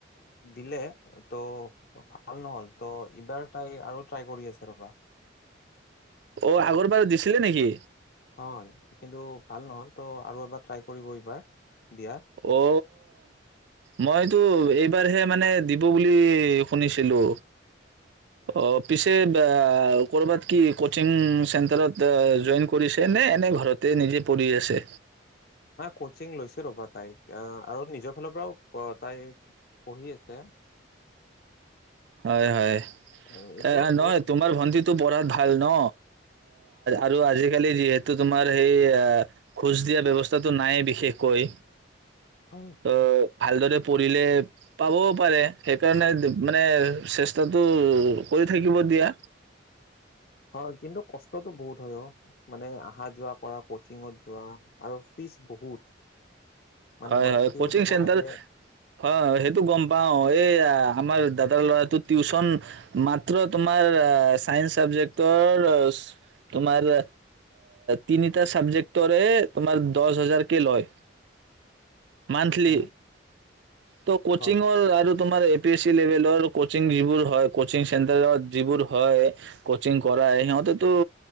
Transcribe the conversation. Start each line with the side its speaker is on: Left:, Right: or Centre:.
Left: দিলে ত' ভাল নহল ত' এইবাৰ তাই আৰু ট্ৰাই কৰি আছে ৰবা
Right: অ আগৰবাৰ দিছিলে নেকি
Left: হয়, কিন্তু ভাল নহল ত' আৰু এবাৰ ট্ৰাই কৰিব এইবাৰ দিয়াৰ
Right: অ মইতো এইবাৰহে মানে দিব বুলি শুনিছিলো অ পিছে ক'বাত কি কচিং চেণ্টাৰত জইন কৰিছে নে এনে ঘৰতে নিজে পঢ়ি আছে
Left: কচিং লৈছে ৰ'বা তাই আৰু নিজৰ ফালৰ পৰাও তাই পঢ়ি আছে
Right: হয় হয়
Left: আহ, এইবোৰত
Right: এ
Left: বহুত
Right: নহয় তোমাৰ ভন্টি পঢ়াত ভাল ন আৰু আজিকালি যিহেতু তোমাৰ সেই খোজ দিয়া ব্যবস্থাটো নাই বিশেষকৈ
Left: হয়,
Right: অ', ভালদৰে পঢ়িলে পাবও পাৰে সেইকাৰণে মানে চেষ্টাটো কৰি থাকিব দিয়া
Left: হয় কিন্তু কষ্টতটো বহুত হয় অ মানে অহা যোৱা কৰা কচিঙত যোৱা আৰু ফিজ বহুত মানে
Right: হয়
Left: মান্থলিও
Right: হয় কচিং
Left: দিব
Right: চেণ্টাৰ
Left: লাগে
Right: অ সেইটো গম পাও এই আমাৰ দাদাৰ ল'ৰাটো টিউচন মাত্ৰ তোমাৰ চাইন্স চাবজেক্টৰ তোমাৰ তিনিটা চাবজেক্টৰে তোমাৰ দহ হাজাৰকে লয় মান্থলি
Left: উম
Right: ত' কোচিংৰ
Left: হয়
Right: আৰু তোমাৰ এপিচি লেবেলৰ কচিং যিবোৰ হয় কচিং চেন্টাৰত যিবোৰ হয় কচিং কৰাই ইহঁতেতো